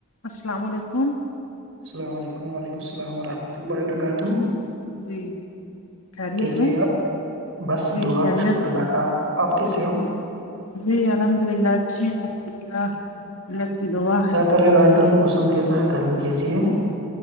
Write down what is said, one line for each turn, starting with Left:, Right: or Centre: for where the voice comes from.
Left: السلام علیکم
Right: السلام علیکم ولیکم السلام ورحمۃ اللہ وبرکاتہ
Left: جی خیریت
Right: کیسے
Left: ہیں
Right: اورپ بس
Left: جی
Right: دعا
Left: خیریت
Right: شکر
Left: سے
Right: اللہ کا آپ آپ کیسے ہو
Left: جی الحمد اللہ اچھی الحمدلہ لک دو آا
Right: کیا کر رہے ہو آج کل موسم کیسا ہے گرمی کیسی ہے